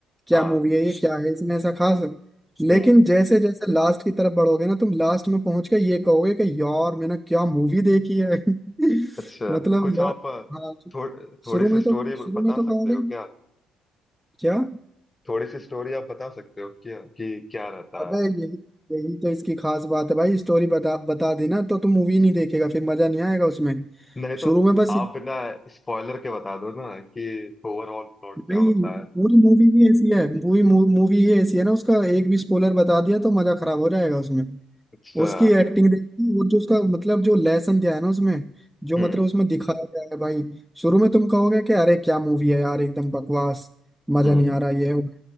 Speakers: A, in the centre; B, on the left (about 20°).
A: क्या
B: हाँ
A: मूवी है ये क्या है इसमें ऐसा खास लेकिन
B: हम्म
A: जैसे जैसे लास्ट की तरफ बढ़ोगे ना तुम लास्ट में पहुंच के ये कहोगे कि यार मैंने क्या मूवी देखी है <laughs>
B: अच्छा
A: मतलब
B: कुछ
A: यार
B: आप
A: हाँ तो
B: थो,
A: शुरू
B: थोड़ी सी
A: में
B: स्टोरी
A: तो शुरू
B: बता
A: में तो कहोगे
B: सकते हो क्या
A: क्या
B: थोड़ी सी स्टोरी आप बता सकते हो क्या कि क्या रहता
A: अबे
B: है
A: यही यही तो इसकी खास बात है भाई स्टोरी बता बता देना तो तुम मूवी नहीं देखेगा फिर मजा नहीं आएगा उसमें
B: नहीं तो
A: शुरू में बस
B: आप बिना स्पॉइलर के बता दो ना कि ओवरऑल प्लॉट
A: नहीं
B: क्या होता है
A: पूरी मूवी ही ऐसी है पूरी मूवी ही ऐसी है ना उसका एक भी स्पॉइलर बता दिया तो मजा खराब हो जाएगा उसमें
B: अच्छा
A: उसकी एक्टिंग देखी वो जो उसका मतलब जो लेसन दिया है ना उसमें जो
B: हम्म
A: मतलब उसमें दिखाया गया है भाई शुरू में तुम कहोगे कि अरे क्या मूवी है यार एकदम बकवास मजा
B: हम्म
A: नहीं आ रहा ये है वो।